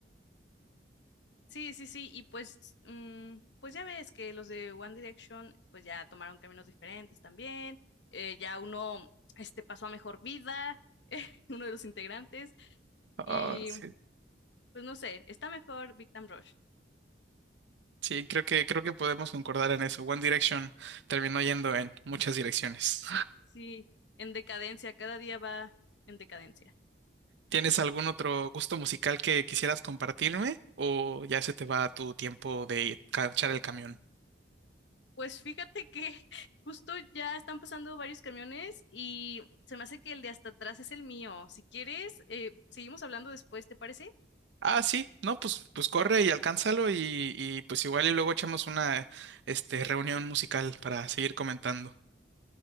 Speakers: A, on the left; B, on the right.
A: Sí, sí, sí, y pues, mm, pues ya ves que los de One Direction, pues ya tomaron caminos diferentes también, eh, ya uno, este, pasó a mejor vida, <laughs> uno de los integrantes,
B: Ah,
A: y
B: sí.
A: pues no sé, está mejor Victim Rush.
B: Sí, creo que, creo que podemos concordar en eso. One Direction terminó yendo en muchas direcciones.
A: Sí, en decadencia, cada día va en decadencia.
B: ¿Tienes algún otro gusto musical que quisieras compartirme o ya se te va tu tiempo de cachar el camión?
A: Pues fíjate que <laughs> justo ya están pasando varios camiones y se me hace que el de hasta atrás es el mío. Si quieres, eh, seguimos hablando después, ¿te parece?
B: Ah, sí, no, pues, pues corre y alcánzalo y, y pues igual y luego echamos una este, reunión musical para seguir comentando.